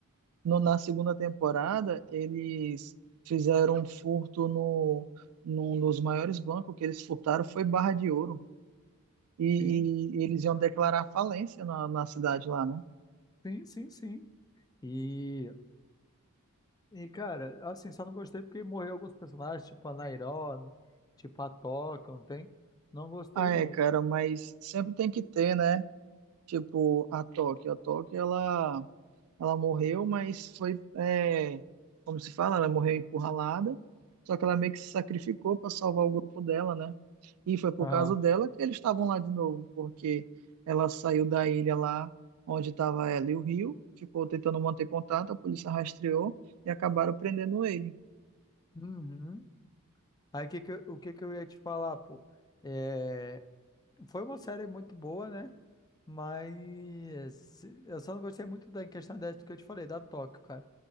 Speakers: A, on the right; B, on the left.
A: no- na segunda temporada, eles fizeram um furto no, num dos maiores bancos que eles furtaram, foi Barra de Ouro. E,
B: Sim,
A: e eles iam declarar falência na, na cidade lá, né?
B: sim, sim, sim. E, e cara, assim, só não gostei porque morreu alguns personagens, tipo a Nairobi, tipo a Toca, não tem? Não gostei
A: Ah,
B: muito.
A: é, cara, mas sempre tem que ter, né? Tipo, a Tóquio. A Tóquio, ela Ela morreu, mas foi, é, como se fala, ela morreu encurralada, só que ela meio que se sacrificou para salvar o grupo dela, né? E foi por
B: Aham.
A: causa dela que eles estavam lá de novo, porque ela saiu da ilha lá onde estava ela e o Rio, ficou tentando manter contato, a polícia rastreou e acabaram prendendo ele.
B: Uhum. Aí que que eu- o que que eu ia te falar, pô? É, Foi uma série muito boa, né? Mas eu só não gostei muito da em questão dessa que eu te falei, da Tóquio, cara.